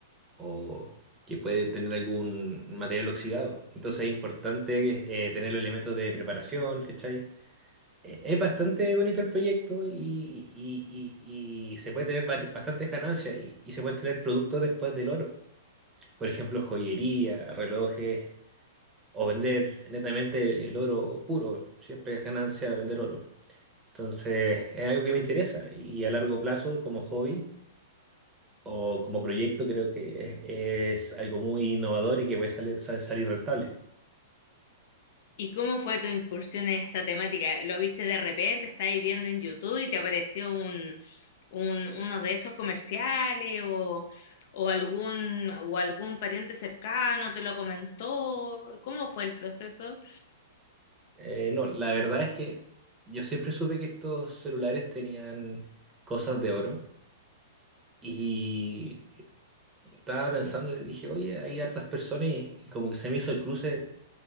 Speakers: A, on the right; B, on the left.
A: o que pueden tener algún material oxidado. Entonces es importante eh, tener los elementos de preparación, ¿cachai? Eh, Es bastante bonito el proyecto y, y- y- y se puede tener vari- bastantes ganancias y, y se pueden tener productos después del oro. Por ejemplo, joyería, relojes o vender netamente el, el oro puro. Siempre es ganancia vender oro. Entonces es algo que me interesa y a largo plazo como hobby o como proyecto creo que es, es algo muy innovador y que puede sale- sal- salir rentable.
B: ¿Y cómo fue tu incursión en esta temática? ¿Lo viste de repente? ¿Estáis viendo en YouTube y te apareció un, un- uno de esos comerciales o, o algún, o algún pariente cercano te lo comentó? ¿Cómo fue el proceso?
A: Eh, no, la verdad es que yo siempre supe que estos celulares tenían cosas de oro y estaba pensando y dije, oye, hay hartas personas y, y como que se me hizo el cruce